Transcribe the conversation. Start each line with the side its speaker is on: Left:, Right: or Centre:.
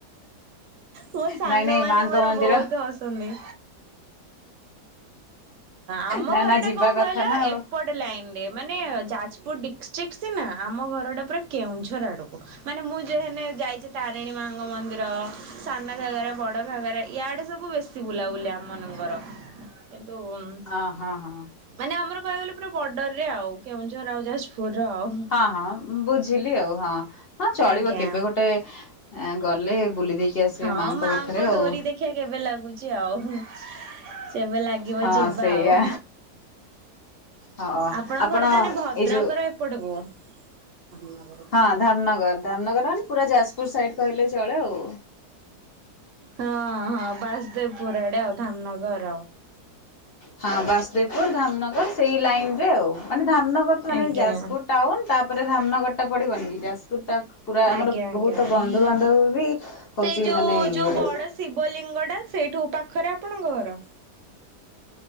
Right: ମୋ ସାଙ୍ଗ
Left: ନାଇଁ ନାଇଁ
Right: ମାନ
Left: ମାଙ୍କ
Right: ମୋର
Left: ମନ୍ଦିର
Right: ବହୁତ ହସନ୍ତି। ଆମ
Left: ନା
Right: ଘର
Left: ନା ଯିବା
Right: ଟା କଣ
Left: କଥା
Right: କହିଲ
Left: ନା
Right: ଏପଟ
Left: ଆଉ।
Right: ଟେ ଲାଇନ୍ ରେ ମାନେ ଯାଜପୁର ଡିଷ୍ଟ୍ରିକ୍ଟ ସିନା ଆମ ଘରଟା ପୁରା କେଉଁଝର ଆଡ଼କୁ। ମାନେ ମୁଁ ଯେ ହେନେ ଯାଇଛି ତାରିଣୀ ମା ଙ୍କ ମନ୍ଦିର ସାନ ଘାଗରା ବଡ଼ ଘାଗରା ଇଆଡ଼େ ସବୁ ବେଶୀ ବୁଲାବୁଲି ଆମ ମାନଙ୍କର। <unintelligible>
Left: ହ ହଁ ହଁ।
Right: ମାନେ ଆମର କହିବାକୁ ଗଲେ ପୁରା ବର୍ଡରରେ ଆଉ କେଉଁଝର ଆଉ ଯାଜପୁର ର ଆଉ।
Left: ହଁ ହଁ ବୁଝିଲି ଆଉ ହଁ ହଁ ଚଳିବ
Right: ଆଜ୍ଞା।
Left: କେବେ ଗୋଟେ ଗଲେ ବୁଲି ଦେଇକି କି ଆସିବେ
Right: ହଁ
Left: ମାଆଙ୍କ
Right: ମାଙ୍କ
Left: ପାଖରେ ଆଉ।
Right: ଡୋରି ଦେଖିବା କେବେ ଲାଗୁଛି ଆଉ ଯେବେ ଲାଗିବ
Left: ହଁ
Right: ଯିବା
Left: ସେଇଆ
Right: ଆଉ।
Left: ହଁ
Right: ଆପଣଙ୍କ
Left: ଆପଣ
Right: ଘର ତାହେଲେ ଭଦ୍ରକର
Left: ଏଇ ଯଉ
Right: ଏପଟକୁ <inaudible>
Left: ହଁ ଧାମନଗର ଧାମନଗର ମାନେ ପୁରା ଯାଜପୁର ସାଇଡ କହିଲେ ଚଳେ ଆଉ।
Right: ହଁ ହଁ ବାସଦେବପୁର ଆଡ଼େ ଆଉ ଧାମନଗର ଆଉ।
Left: ହଁ ବାସଦେବପୁର ଧାମନଗର ସେଇ ଲାଇନ ରେ ଆଉ ମାନେ ଧାମନଗର ତ ମାନେ
Right: ଆଜ୍ଞା
Left: ଯାଜପୁର ଟାଉନ ତାପରେ ଧାମନଗରଟା ପଡ଼ିବନି କି ଯାଜପୁରଟା ପୁରା
Right: ଆଜ୍ଞା
Left: ମାନେ
Right: ଆଜ୍ଞା।
Left: ବହୁତ ବନ୍ଧୁବାନ୍ଧବ ବି ହଉଛି
Right: ସେଇ ଯୋଉ
Left: ମାନେ
Right: ଯୋଉ
Left: ଇଏରେ
Right: ବଡ଼ ଶିବ ଲିଙ୍ଗ ଟା ସେଇଠୁ ପାଖରେ ଆପଣଙ୍କ ଘର। <inaudible>